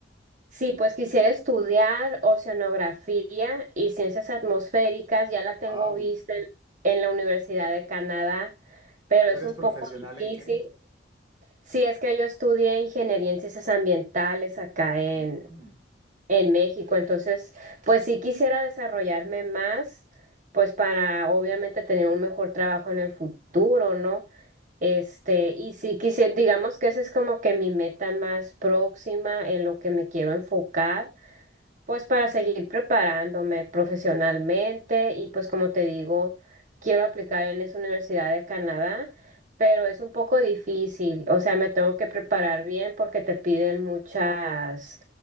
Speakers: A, on the right; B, on the right.
A: sí, pues quisiera estudiar oceanografía y ciencias atmosféricas, ya la
B: Wow,
A: tengo vista en, en la Universidad de Canadá, pero
B: ¿tú
A: es
B: eres
A: un
B: profesional
A: poco difícil.
B: en qué?
A: Sí, es que yo estudié ingeniería en ciencias ambientales acá en,
B: Mm,
A: en México, entonces, pues sí quisiera desarrollarme más, pues para obviamente tener un mejor trabajo en el futuro, ¿no? Este, y si quisiera, digamos que esa es como que mi meta más próxima en lo que me quiero enfocar, pues para seguir preparándome profesionalmente y pues como te digo, quiero aplicar en esa Universidad de Canadá, pero es un poco difícil, o sea, me tengo que preparar bien porque te piden muchas,